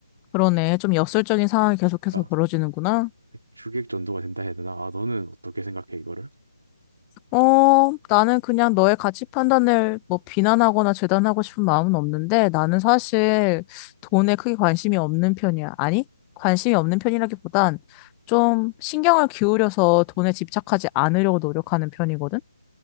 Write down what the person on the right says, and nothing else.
그러니까
주객 전도가 된다 해야 되나? 아, 너는 어떻게 생각해 이거를?